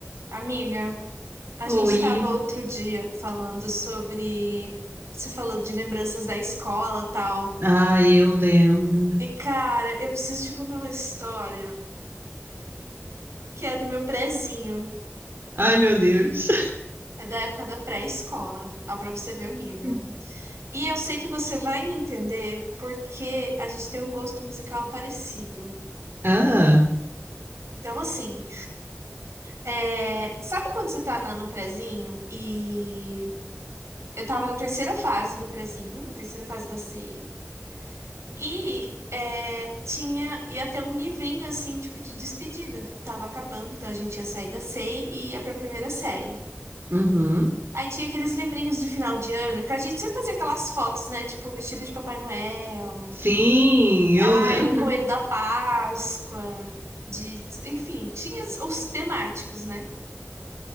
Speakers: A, on the right (about 85°); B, on the right (about 60°).
A: Amiga, a
B: Oi.
A: gente estava outro dia falando sobre. Você falou de lembranças da escola, tal.
B: Ah, eu lembro.
A: E, cara, eu preciso te contar uma história que é do meu prezinho.
B: Ai, meu Deus.
A: É da época da pré-escola, ó, pra você ver o nível.
B: <laughs>
A: E eu sei que você vai me entender porque a gente tem um gosto musical parecido.
B: Ah,
A: Então, assim, é, sabe quando você tá na- no prezinho e eu tava na terceira fase do prezinho, na terceira fase da CI. E é, tinha, ia ter um livrinho assim, tipo de despedida, que tava acabando, então a gente ia sair da CEI e ia pra primeira série.
B: uhum.
A: Aí tinha aqueles livrinhos de final de ano, que a gente sempre fazia aquelas fotos, né? Tipo, vestida de Papai Noel,
B: Sim,
A: ai,
B: eu lembro.
A: Coelho da Páscoa, de, enfim, tinha os os temáticos, né?